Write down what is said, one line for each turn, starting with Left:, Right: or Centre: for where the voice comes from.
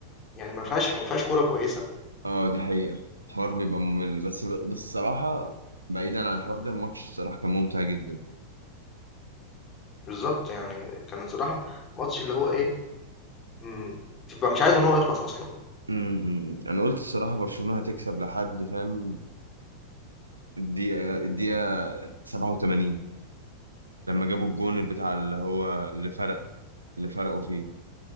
Left: يعني ما فيهاش ما فيهاش كورة كويسة،
Right: اه دي حقيقة الحوار بيبقى ممل بس بس الصراحة بعيدا عن الحوار ده الماتش الصراحة كان ممتع جدا
Left: بالضبط يعني كان الصراحة ماتش اللي هو إيه، إمم، تبقى مش عايزه إن هو يخلص أصلًا،
Right: امم انا قلت الصراحة برشلونة هتكسب لحد فاهم الدقيقة الدقيقة 87 لما جابوا الجون بتاع اللي هو اللي فرق اللي فرقوا فيه